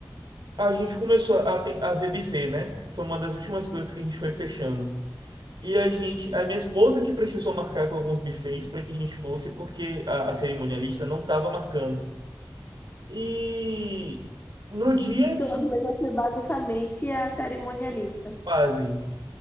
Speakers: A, on the right; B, on the left.
A: a gente começou a, ten- a ver buffet, né? Foi uma das últimas coisas que a gente foi fechando. E a gente, a minha esposa que precisou marcar com alguns buffets para que a gente fosse, porque a, a cerimonialista não estava marcando. E no dia
B: Sua
A: que
B: coisa foi basicamente a cerimonialista.
A: quase.